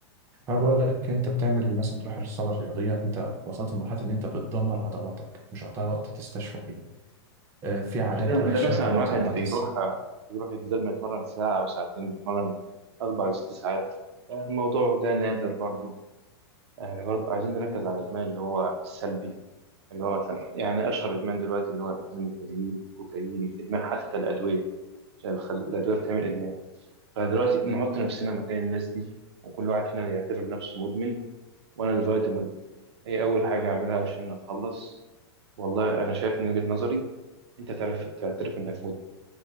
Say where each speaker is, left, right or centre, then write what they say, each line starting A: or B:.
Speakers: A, on the right (about 20°); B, on the right (about 75°).
A: انا بقول لك انت بتعمل مثلا تروح الصاله الرياضيه انت وصلت لمرحله ان انت بتدمر عضلاتك مش هتعطيها وقت تستشفى فيه آه، في عادات
B: ده
A: وحشه
B: مثلا
A: طبعا
B: واحد
A: زي العدسه
B: بيروح بيروح بدل ما يتمرن ساعة أو ساعتين بيتمرن أربع لست ساعات يعني الموضوع ده نادر برضو يعني برضو عايزين نركز على الإدمان اللي هو السلبي اللي هو مثلا يعني أشهر إدمان دلوقتي اللي هو إدمان الهيروين الكوكايين إدمان حتى الأدوية عشان الخ- الأدوية بتعمل إدمان فدلوقتي نحط نفسنا مكان الناس دي وكل واحد فينا يعتبر نفسه مدمن وانا دلوقتي مد ايه اول حاجه اعملها عشان اتخلص والله انا شايف من وجهه نظري انت تعرف تعترف انك مدمن